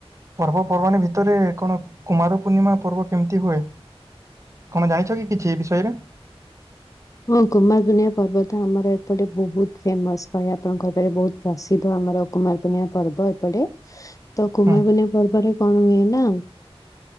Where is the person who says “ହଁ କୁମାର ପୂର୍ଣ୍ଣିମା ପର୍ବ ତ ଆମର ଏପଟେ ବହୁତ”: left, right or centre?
Left